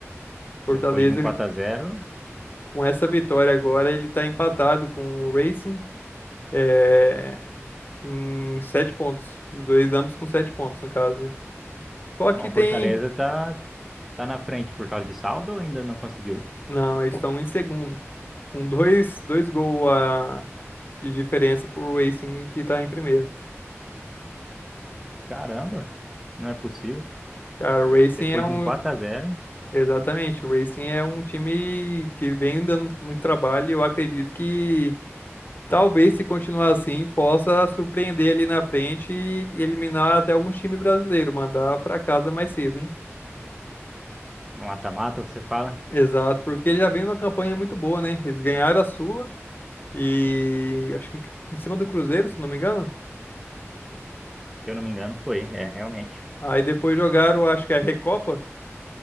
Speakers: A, on the left; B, in the centre.
A: Fortaleza,
B: Depois de um 4x0,
A: com essa vitória agora, ele tá empatado com o Racing. É, em sete pontos. Os dois ambos com sete pontos, no caso, né? Só que
B: o Fortaleza
A: tem.
B: tá, tá na frente por causa de saldo ou ainda não conseguiu?
A: Não, eles estão em segundo. Com dois, dois gols a... de diferença pro Racing, que tá em primeiro.
B: Caramba, não é possível.
A: Cara, o Racing
B: Depois
A: é um.
B: de um 4 a 0
A: Exatamente, o Racing é um time que vem dando muito trabalho. e Eu acredito que talvez, se continuar assim, possa surpreender ali na frente e eliminar até alguns times brasileiros, mandar pra casa mais cedo, hein?
B: no mata-mata, você fala?
A: Exato, porque ele já vem numa campanha muito boa, né? Eles ganharam a Sula. E acho que em cima do Cruzeiro, se não me engano.
B: Se eu não me engano, foi, é, realmente.
A: Aí depois jogaram, acho que é a Recopa